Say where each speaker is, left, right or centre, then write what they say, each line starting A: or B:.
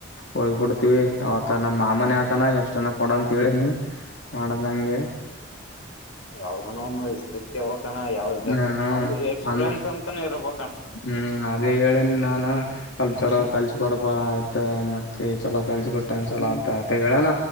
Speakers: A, on the left (about 65°); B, on the left (about 85°).
A: ಹೋಗ್ಬಿಡ್ತೀವಿ ಅವತ ನಮ್ಮ್ ಮಾಮನ ಆತನ ಎಷ್ಟ್ ಜನ ಕೊಡಂತ ಹೇಳ ಹೇಳಿ ಮಾಡದ್ ನಂಗೆ
B: ಯಾವ್ದಾನ ಒಂದು್ಟೇಬಣ ಯಾವ್ದ
A: ಹಾ
B: ಒಂದ ಎಕ್ಸ್ಪೀರಿಯನ್ಸ್
A: ಅಂದ್ರ
B: ಅಂತಾನ ಇರ್ಬ
A: ಹ್ಮ್ ಅದೇ ಹೇಳೇ ನಾನ ಅಲ್ಪಸರ ಕಲ್ಸ ಕೊಡಬಾ ಆಯ್ತ ಮತ್ತೆ ಚಲೋ ಕಳ್ಸ ಕೊೊಟ್ಟ ಅನ್ಸಲ ಅ ಆತ ಹೇಳಣ